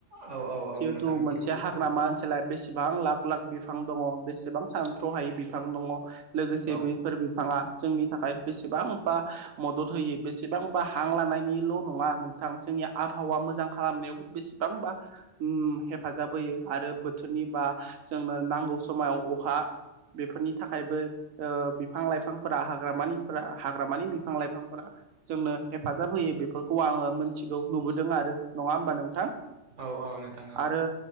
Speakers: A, on the right; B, on the right.
A: औ औ औ
B: जिहेतु
A: नोंथां मिथिगौ
B: मोनसे हाग्रामा
A: औ
B: ओनसोला बेसेबां लाख लाख बिफां दङ बेसेबां सान स'हायै बिफां दङ। लोगोसे
A: औ
B: बेफोर बिफाङा जोंनि थाखाय बेसेबांबा मदद होयो बे बेसेबांबा हां लानायनिल' नङा नोंथां जोंनि आबहावा मोजां खालामनायावबो बेसेबांबा ओम हेफाजाब होयो आरो बोथोरनि बा जोंनो नांगौ समाव अखा बेफोरनि थाखायबो ओ बिफां लाइफांफोरा हाग्रामानि हाग्रामानि बिफां लाइफांफोरा जोंनो हेफाजाब होयो बे फोरखौ आङो मिथिगौ नुबोदों आरो नङा होमबा नोंथां?
A: औ औ नोंथां औ
B: आरो